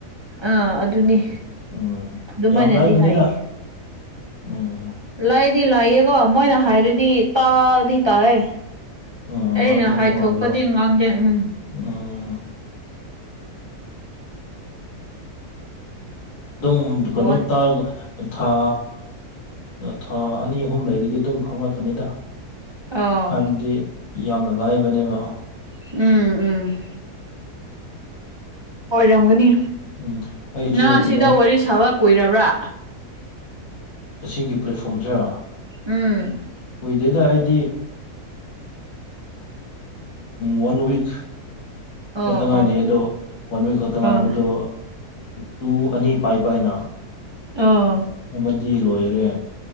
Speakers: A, on the right; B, on the left.
A: ꯑꯥ ꯑꯗꯨꯅꯤ
B: ꯎꯝ
A: ꯑꯗꯨꯃꯥꯏꯅꯗꯤ
B: ꯌꯥꯝ ꯂꯥꯏꯕꯅꯤꯅ
A: ꯍꯥꯏꯌꯦ
B: ꯎꯝ
A: ꯂꯥꯏꯗꯤ ꯂꯥꯏꯌꯦꯀꯣ ꯃꯣꯏꯅ ꯍꯥꯏꯔꯗꯤ ꯇꯥꯗꯤ ꯇꯥꯏꯑꯦ
B: ꯎꯝ ꯉꯥꯡꯊꯣꯛꯄ
A: ꯑꯩꯅ ꯍꯥꯏꯊꯣꯛꯄꯗꯤ
B: ꯉꯝꯗꯕ
A: ꯉꯥꯡꯗꯦ ꯎꯝ
B: ꯎꯝ ꯑꯗꯨꯝ ꯀꯩꯅꯣ
A: ꯍꯣꯏ
B: ꯇ ꯊꯥ ꯊꯥ ꯑꯅꯤ ꯑꯍꯨꯝ ꯂꯩꯔꯗꯤ ꯑꯗꯨꯝ ꯈꯪꯪꯂꯛꯀꯅꯤꯗ
A: ꯑꯥ
B: ꯍꯥꯏꯕꯗꯤ ꯌꯥꯝꯅ ꯂꯥꯏꯕꯅꯦꯕ
A: ꯎꯝ ꯎꯝ ꯑꯣꯏꯔꯝꯒꯅꯤ
B: ꯎꯝ ꯑꯩꯁꯨ
A: ꯅꯪ
B: ꯀꯩꯅꯣ
A: ꯁꯤꯗ ꯋꯥꯔꯤ ꯁꯥꯕ ꯀꯨꯏꯔꯕ꯭ꯔꯥ
B: ꯑꯁꯤꯒꯤ ꯄ꯭ꯂꯦꯠꯐꯣꯝꯁꯤꯦ
A: ꯎꯝ
B: ꯀꯨꯏꯗꯣꯏꯗ ꯑꯩꯗꯤ ꯋꯥꯟ ꯋꯤꯛ
A: ꯑꯣ
B: ꯈꯇ ꯉꯥꯏꯗꯦ
A: ꯑꯣ
B: ꯑꯗꯣ ꯋꯥꯟ ꯋꯤꯛ ꯈꯛꯇ ꯉꯥꯏꯕꯗꯣ
A: ꯑꯣ
B: ꯇꯨ ꯑꯅꯤ ꯄꯥꯏꯕ ꯍꯥꯏꯅ
A: ꯑꯣ
B: ꯑꯃꯗꯤ ꯂꯣꯏꯔꯦ